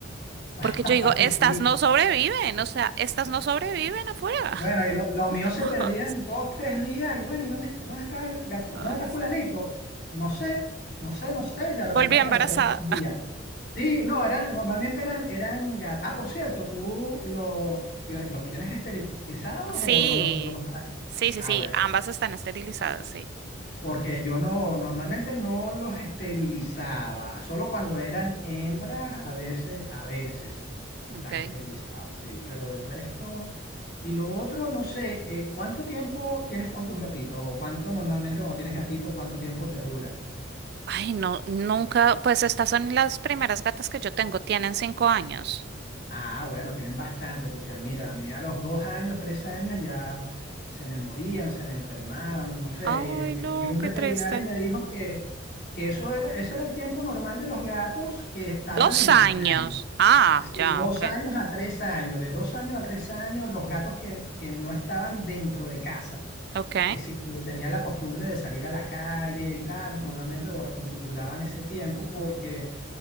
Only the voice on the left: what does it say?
<laughs>
ay,
sí.
Bueno,
y lo- los míos se perdían dos, tres días, y bueno, ¿y dónde, está- dónde está el gati-
dónde está fulanito? No sé, no sé, no sé, y de repente
aparecían
estos días. Sí, no, eran, normalmente eran, eran gat- Ah, por cierto, ¿tú lo- los tienes esterilizados
o no los, no los has?
Ah,
bueno.
Porque yo no, normalmente no los esterilizaba, solo cuando eran hembras, a veces, a veces
las esterilizaba, sí, pero del resto. Y lo otro, no sé, eh, ¿cuánto tiempo tienes con tus gatitos? ¿O cuánto normalmente cuando tienes gatito, cuánto tiempo te duran?
Ah, bueno, tienen bastante, porque mira, a mí a los dos años, tres años ya se me morían, se me enfermaban, no sé,
y, el- el-
y un veterinario
me dijo que, que eso era, ese era el tiempo normal de los gatos que estaban
en
la calle.
De Sí. dos
años a tres años, de dos años a tres años, los gatos que, que no estaban dentro de casa,
que sí que tenían la costumbre de salir a la calle y tal, normalmente dur- du- duraban ese tiempo porque